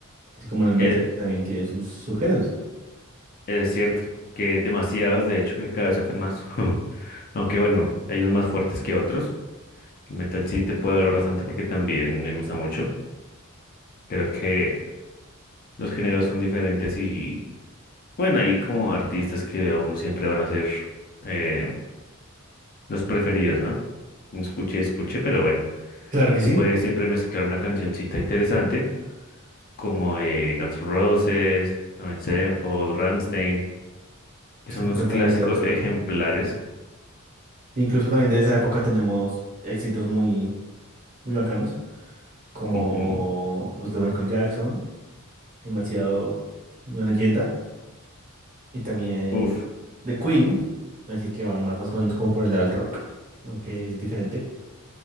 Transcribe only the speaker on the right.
Así como en el metal
que también tiene sus subgéneros.
Claro que
sí.
Estoy
completamente
de acuerdo.
Incluso también de esa época tenemos éxitos muy, muy bacanos, como
los de Michael Jackson, demasiado una leyenda, y también
de Queen, así que van más, más o menos como por el lado del rock, aunque es diferente.